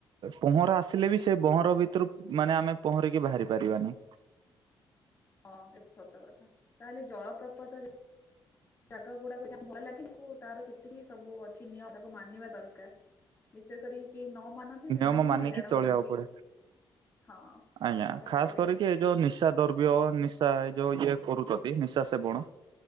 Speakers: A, on the right; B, on the left.
A: ପହଁରା ଆସିଲେ ବି ସେ ଭହଁର ଭିତରୁ ମାନେ ଆମେ ପହଁରିକି ବାହାରି ପାରିବାନି।
B: ହଁ ଏ ତ ସତ କଥା ତାହେଲେ ଜଳପ୍ରପାତ। ଜାଗା ଗୁଡାକ ଯିବାକୁ ଭଲ ଲାଗେ କିନ୍ତୁ ତାର ଯେତିକି ସବୁ ଅଛି ନିୟମ ତାକୁ ମାନିବା ଦରକାର। ବିଶେୟ କରି। କେହି ନ ମାନନ୍ତି ସେମାନେ
A: ନିୟମ
B: ହିଁ
A: ମାନିକି
B: ହଇରାଣ
A: ଚଳିବାକୁ
B: ହୁଅନ୍ତି
A: ପଡେ।
B: ହଁ
A: ଆଜ୍ଞା
B: ସତ କଥା
A: ଖାସ
B: କହିଲେ।
A: କରିକି ଏ ଯୋଉ ନିଶା ଦ୍ରବ୍ୟ ନିଶା ଏ ଯୋଉ ଇଏ କରୁଛନ୍ତି ନିଶା ସେବଣ।